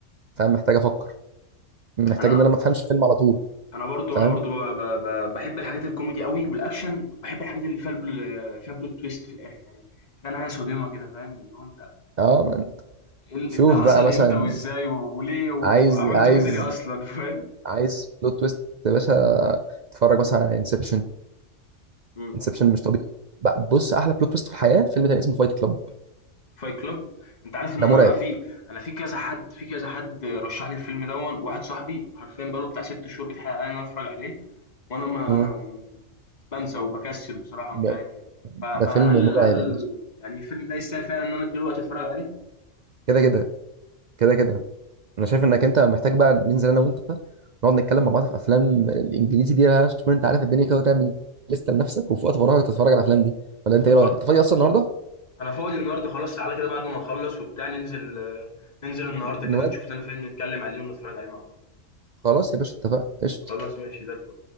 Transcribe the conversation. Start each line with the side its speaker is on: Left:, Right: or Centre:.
Right: فاهم محتاج افكر محتاج
Left: انا
Right: ان انا ما افهمش فيلم على طول
Left: انا برضو
Right: فاهم
Left: انا برضو ب... ب... ب... بحب الحاجات الكوميدي قوي والاكشن وبحب الحاجات اللي فيها البل... فيها بلوت تويست في الاخر يعني فيها نهايه صادمه كده فاهم اللي هو انت
Right: اه من.
Left: ايه اللي-
Right: شوف
Left: ده حصل
Right: بقى مثلا
Left: امتى وازاي وليه وعملته
Right: عايز عايز
Left: كده ليه اصلا <laughs> فاهم
Right: عايز بلوت تويست يا باشا اتفرج مثلا على انسبشن
Left: مم.
Right: انسبشن مش طبيعي بقى بص احلى بلوت تويست في الحياه فيلم تاني اسمه فايت كلاب
Left: فايت كلوب انت عارف ان
Right: ده
Left: انا
Right: مرعب
Left: في انا في كذا حد في كذا حد رشح لي الفيلم دون واحد صاحبي حرفيا بقاله بتاع ست شهور بيتحايل عليا ان انا اتفرج عليه وانا ما
Right: مم.
Left: بانسى وبكسل بصراحة
Right: ده,
Left: ومش عارف إيه، ف فهل
Right: ده فيلم مرعب
Left: هل
Right: يا باشا
Left: يعني الفيلم ده يستاهل فعلًا إن أنا أدّي له وقت أتفرّج عليه؟
Right: كده كده كده كده انا شايف انك انت محتاج بقى ننزل انا وانت نقعد نتكلم مع بعض في افلام الانجليزي دي عشان تكون انت عارف الدنيا كده وتعمل لسته لنفسك وفي وقت فراغك تتفرج على الافلام دي ولا انت
Left: طب
Right: ايه رايك
Left: خ
Right: انت فاضي اصلا
Left: خ
Right: النهارده
Left: أنا فاضي النهارده خلاص تعالَ كده بعد ما نخلّص وبتاع ننزل آه، ننزل النهارده
Right: نواد
Left: كده نشوف لنا فيلم نتكلّم عليه ونتفرّج عليه مع بعض،
Right: خلاص يا باشا اتفقنا قشطه
Left: خلاص ماشي زي الفل.